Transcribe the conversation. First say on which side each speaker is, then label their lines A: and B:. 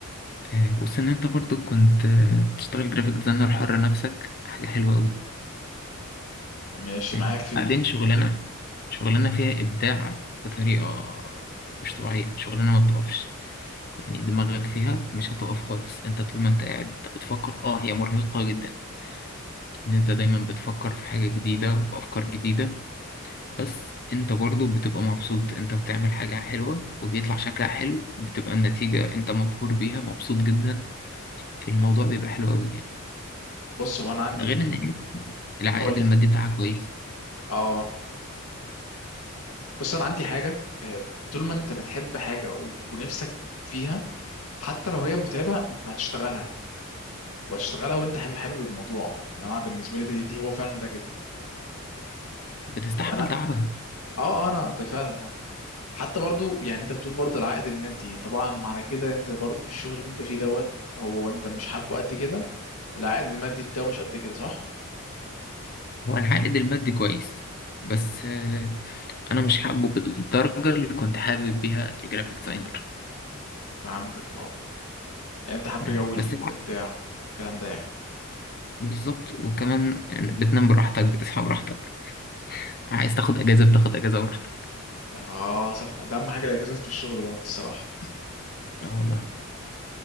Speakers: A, on the left (about 45°); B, on the left (about 85°).
A: آه، بص ان انت برضو كنت آه، تشتغل جرافيك ديزاينر حر نفسك حاجه حلوه قوي
B: ماشي
A: فاهم
B: معاك في
A: بعدين
B: دي
A: شغلانه
B: طب تمام.
A: شغلانه فيها ابداع بطريقه مش طبيعيه شغلانه ما بتقفش يعني دماغك فيها مش هتقف خالص انت طول ما انت قاعد انت بتفكر اه هي مرهقه جدا ان انت دايما بتفكر في حاجة جديدة وافكار جديدة بس انت برضو بتبقى مبسوط انت بتعمل حاجة حلوة وبيطلع شكلها حلو بتبقى النتيجة انت مبهور بيها مبسوط جدا الموضوع بيبقى حلو قوي يعني
B: بص هو انا عندي
A: ده غير ان العائد
B: قول لي
A: المادي بتاعها كويس
B: اه بص انا عندي حاجه آه، طول ما انت بتحب حاجه و- ونفسك فيها حتى لو هي متعبه انت هتشتغلها وهتشتغلها وانت حابب حابب الموضوع يعني انا بالنسبه لي ده دي هو فعلا ده كده
A: بتستحمل
B: طب انا
A: تعبها
B: اه آه، انا ب- فعلا اه حتى برضو يعني انت بتقول برضو العائد المادي طبعا معنى كده انت برضو في الشغل اللي انت فيه دوت هو انت مش حابه قد كده والعائد المادي بتاعه مش قد كده صح
A: والعائد المادي كويس بس آه، انا مش حابه بالدرجة اللي كنت حابب بيها الجرافيك ديزاينر
B: فهمتك اه يعني انت حابب
A: فاهم؟
B: جو البتاع
A: بس العائد
B: الكلام ده يعني
A: بالظبط وكمان بتنام براحتك بتصحى براحتك عايز تاخد اجازة بتاخد اجازة براحتك
B: اه صح ده اهم حاجه الاجازات في الشغل دوت الصراحه
A: اه والله